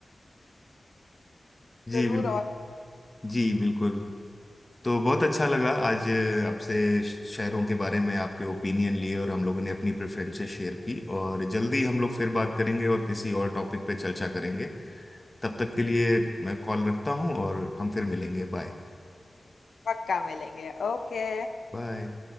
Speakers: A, on the left (about 15°); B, on the left (about 85°).
A: जी
B: जरूर
A: बिल्कुल जी बिल्कुल तो बहुत अच्छा लगा आज अ, आपसे श- शहरों के बारे में आपके ओपिनियन लिए और हम लोगों ने अपनी प्रेफरेंसेस शेयर की और जल्दी हम लोग फिर बात करेंगे और किसी और टॉपिक पे चर्चा करेंगे तब तक के लिए मैं कॉल रखता हूँ और हम फिर मिलेंगे बाय
B: पक्का मिलेंगे ओके
A: बाय